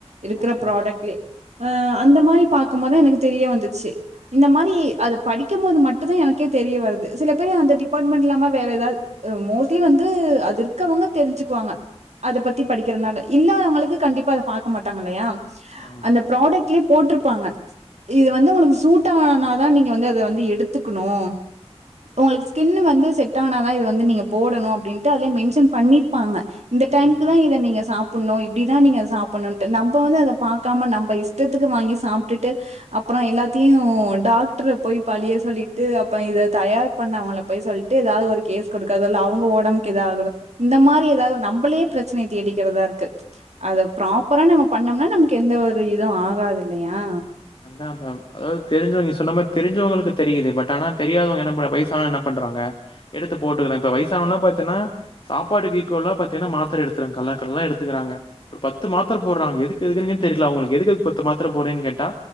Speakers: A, on the right; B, on the left.
A: இருக்கிற
B: ஓகே,
A: ப்ராடக்ட்லே
B: ஓகே.
A: அ அந்த மாரி பாக்கும் போதான் எனக்கு தெரிய வந்துச்சு இந்த மாரி அத படிக்கும் போது மட்டும் தா எனக்கே தெரிய வருது சில பேர் அந்த டிபா <unintelligible> வேற ஏதாவது மோஸ்ட்லி வந்து அது இருக்கவங்க தெரிஞ்சுக்குவாங்க அத பத்தி படிக்கிறதுனால இல்லாத அவங்களுக்கு கண்டிப்பா அத பாக்க மாட்டாங்க இல்லையா
B: ஆமா.
A: அந்த ப்ராடக்ட்லயே போட்டிருப்பாங்க. இது வந்து உனக்கு சூட் ஆனாதா நீங்க வந்து அத வந்து எடுத்துக்கணும் உங்களுக்கு.. ஸ்கின் வந்து செட் ஆனாதா இது வந்து நீங்க போடணும் அப்டின்னுட்டு அதுலயே மென்ஷன் பண்ணிருப்பாங்க. இந்த டைம்க்கு
B: உண்ம.
A: தா இத நீங்க சாப் பண்ணும் இப்படிதா நீங்க சாப்டணும்ன்ட்டு நம்ம வந்து அத பாக்காம நம்ம இஷ்டத்துக்கு வாங்கி சாப்ட்டுட்டு அப்பறம் எல்லாத்தையு டாக்டரை போய் பழிய சொல்லிட்டு அப்பறம் இத தயார் பண்ணவங்கள போய் சொல்லிட்டு ஏதாவது ஒரு கேஸ் கொடுக்காதுல்ல அவங்க ஓடம்புக்கு ஏத ஆகுது இந்த மாரி ஏதாவது நம்மளே பிரச்சனை தேடிக்கிறதா இருக்கு. அத ப்ராப்பரா நம்ம பண்ணோம்னா நமக்கு எந்த ஒரு இதுவு ஆகாது இல்லயா
B: <unintelligible> அதாவது தெரிஞ்சவங்க சொன்ன மாரி தெரிஞ்சவங்களுக்கு தெரியுது பட் ஆனா தெரியாதவங்க என்ன வ வயசானவுங்க என்ன பண்றாங்க எடுத்து போட்டுக்கிற இப்ப வயசானோனா பாத்தின்னா சாப்பாடுக்கு ஈக்குவல்லா பாத்தீனா மாத்ர எடுத்துராங்க கல்லாகல்லா எடுத்துக்கிறாங்க ஒரு பத்து மாத்ர போடுறாங்க எதுக்கு எதுக்குனுகே தெர்ல அவுங்களுக்கு எதுக்கு பத்து மாத்ர போறீங்கன்னு கேட்டா